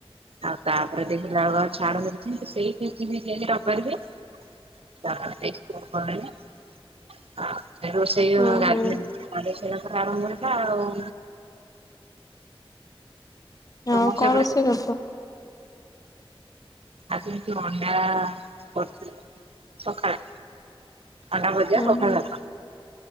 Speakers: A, on the right (about 75°); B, on the left (about 35°).
A: ଆଉ ତାପରେ ଦେଖିଲାବେଳ ଛାଡୁନି ଠିକ ସେଇ <unintelligible> <inaudible> ଆ, ରୋଷେଇ
B: ହୁଁ
A: ଗାଧେଇ
B: ହୁଁ।
A: ଗାଧେଇ ସାଇଲା ପରେ ଆରମ୍ଭ ହେଇଥିଲା ଆଉ। ତମର
B: ଆଉ
A: ସେପଟେ
B: କଣ ରୋଷେଇ କରିଛ?
A: ଆଜି ଏମତି ଅଣ୍ଡା କରଥିଲି ସଖାଳେ। ଅଣ୍ଡା ଭଜା
B: ଉଁ
A: ପଖାଳ
B: ହୁଁ।
A: ଭାତ।